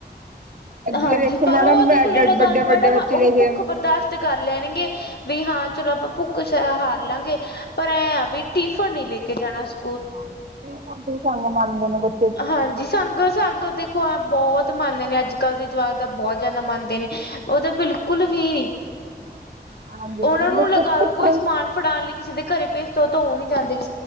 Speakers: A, on the right; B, on the left.
A: ਅੱਗੇ
B: ਹਾਂਜੀ
A: ਦੇਖੋ
B: ਪਰ
A: ਮੈਡਮ
B: ਓ ਦੇਖੋ ਲਗਾ
A: ਵੱਡੇ
B: ਲੋ
A: ਵੱਡੇ
B: ਮੈਡਮ
A: ਬੱਚੇ
B: ਓ
A: ਲੈ ਕੇ
B: ਭੁੱਖ ਬਰਦਾਸ਼ਤ ਕਰ ਲੈਣਗੇ ਵੀ ਹਾਂ ਚਲੋ, ਆਪਾਂ ਭੁੱਖ ਹਾਰ ਲਾਂਗੇ ਪਰ ਐਂ ਆ ਵੀ ਟਿਫਨ ਨੀ ਲੇ ਕੇ ਜਾਣਾ ਸ
A: ਹਾਂਜੀ ਟਿਫਨ ਤੇ ਸੰਗ ਮੰਨਦੇ ਨੇ ਬਚ
B: ਹਾਂਜੀ ਸੰਗ-ਸੰਗ ਦੇ ਖੋ ਬੋਤ ਮੰਨਦੇ ਨੇ ਅੱਜ-ਕੱਲ੍ਹ ਦੇ ਜਵਾਕ ਦਾ ਬੋਤ ਜਾਦਾ ਮੰਨਦੇ ਨੇ ਓ ਤੇ ਬਿਲਕੁਲ ਵੀ ਨੀ।
A: <inaudible> ਮੈਡਮ
B: ਓਨਾਂ ਨੂੰ
A: ਦੇਖੋ
B: ਲਗਾ
A: ਭੁੱਖ
B: ਲੋ, ਕੋਈ ਸਮਾਨ ਫੜਾਣ ਲਈ ਕਿਸੇ ਦੇ ਘਰੇ ਭੇਜ ਦੋ, ਤਾਂ ਓ ਨੀ ਜਾਂਦੇ ਕਿ